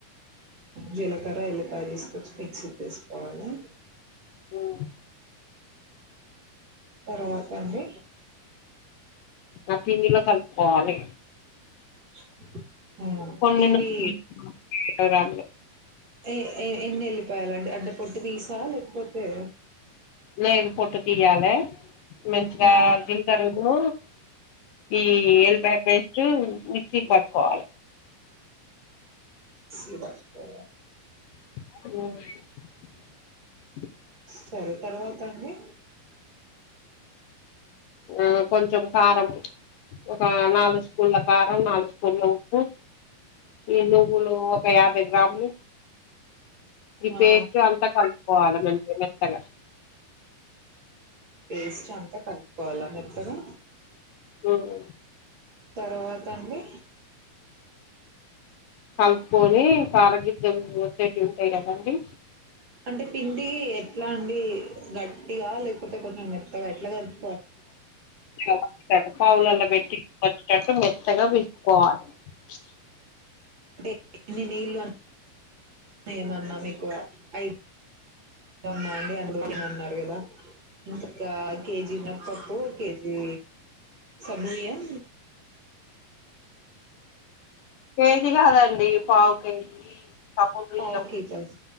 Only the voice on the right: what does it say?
జీలకర్ర ఎల్లిపాయ తీసుకొచ్చి మిక్సీకి వేసుకోవాలి.
తరువాతండి
<inaudible>
ఇవి
ఏ ఏ ఎన్ని ఎళ్ళిపోయాలు అండి అంటే పొట్టు తీసా లేకపోతే.
హ్మ్
సీబక్ పో
సరే తర్వాత అండి.
ఆ
పేస్ట్ అంతా కలుపుకోవాలా మెత్తగా.
తర్వాత అండి
అంటే పిండి ఎట్లా అండి గట్టిగా లేకపోతే కొంచెం మెత్తగా ఎట్లా కలుపు
అంటే ఎన్ని నీళ్లు అ ఏమన్నా మీకు ఐ అవునా అండి అందులో ఏమన్నా అన్నారు కదా. ఇంకా కేజి మినప్పప్పు కేజీ. సబిలియం
పావు కేజీ